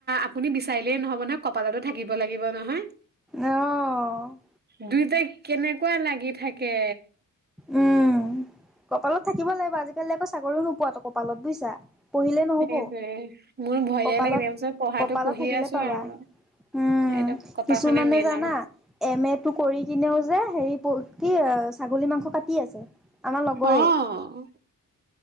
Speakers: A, on the right; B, in the centre.
A: আপুনি বিচ <unintelligible> নহ'ব নহয় কপালতো থাকিব লাগিব নহয়।
B: অ'।
A: দুইট কেনেকুৱা লাগি থাকে
B: উম, কপালত থাকিব লাগিব আজিকালি আকৌ চাকৰিও নোপোৱাতো কপালত বুইছা। পঢ়িলে নহ'ব
A: সেইটোৱে মোৰ ভয়ে
B: কপালত-কপালত
A: লাগে তাৰপিছত পঢ়াটো পঢ়ি
B: থাকিলে
A: আছো
B: পাবা।
A: আৰু
B: উম,
A: এতিয়া কপালখনে
B: কিছুমানে
A: মেইন
B: জানা
A: আৰু
B: এম এ টো কৰি কিনেও যে হেৰি কি ছাগলী মাংস কাটি আছে। আমাৰ লগৰে
A: অ'